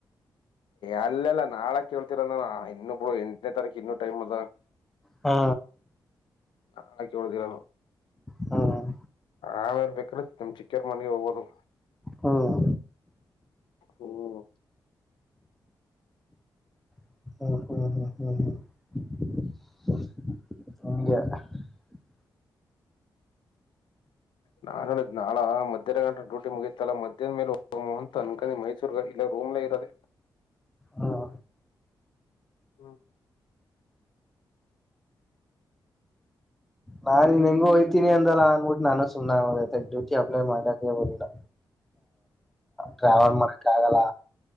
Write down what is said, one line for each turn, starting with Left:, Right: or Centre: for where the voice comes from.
Left: ಅಲ್ಲೆಲ್ಲಾ ನಾಳಾ ಕೇಳ್ತೀರ ನಾನು ಇನ್ನುಬ್ ಎಂಟನೇ ತಾರೀಕು ಇನ್ನುೂ ಟೈಮ್ ಅದ
Centre: ಹಾ
Left: ನಳಕ ಒಳ ದಿನ
Centre: ಹ್ಮ್ ಹ್ಮ್
Left: ಆ ಬೇಕ ಚಿಕೆಟ್ ಮನೋಗಬದು
Centre: ಹ್ಮ್
Left: ಹ್ಮ
Centre: ಹ್ಮ ಹಾ ಹಾ ಹಾ ಹಾ
Left: ನಾನ್ ಹೇಳಿದ್ ನಾಳಾ ಮಧ್ಯಾಹ್ರ ಗಂಟ ಡೂಟಿ ಮುಗೀತಲ್ಲ ಮಧ್ಯ್ಯಾದ್ ಮೇಲೆ ಮೋಹಂತ ಅನ್ಕೆ ಮೈಸೂರ್ಗ ಇಲ್ಲ ರೋಮ್ಲ ಇರೋದೆ
Centre: ಹ್ಮ್
Left: ಹ್ಮ
Centre: ನಾನನ್ ಇನ್ ಹೆಂಗು ಹಯ್ತೀನಿ ಅಂದಲ್ಲ ಅಂದಬಿಟ್ಟು ನಾನು ಸುಮ್ಮ ಡ್ಯೂಟಿ ಅಪ್ಲ ಮಾಡಕೆ ಬಂದಿಲ್ಲ ಟ್ರಾವೆಲ್ ಮಾಡಕ್ಕ ಆಗಲ್ಲ